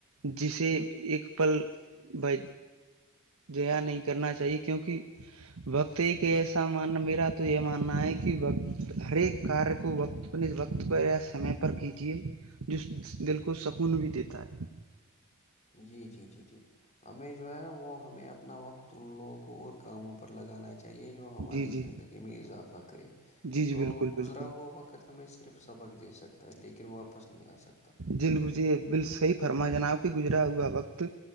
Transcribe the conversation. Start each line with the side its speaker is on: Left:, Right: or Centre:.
Right: جسے ایک پل بائی جیا نہیں کرنا چاہیے کیونکہ وقت ایک ایسا ماننا میرا تو یہ ماننا ہے کہ وقت ہر ایک کار کو وقت اس وقت پر یا سمے پر کیجیے جو دل کو سکون بھی دیتا ہے
Left: جی جی جی جی ہمیں جو ہے نا وہ ہمیں اپنا وقت ان لوگ کو اور کاموں پر لگانا چاہی چاہی جو ہماری
Right: جی جی
Left: زندگی میں اضافہ کرے
Right: جی جی
Left: تو
Right: بالکل بالکل
Left: گزرا ہوا وقت ہمیں صرف سبق دے سکتا ہے لیکن واپس نہیں آ سکتا
Right: جل بزے بل صحی فرما جناب کہ گزرا ہوا وقت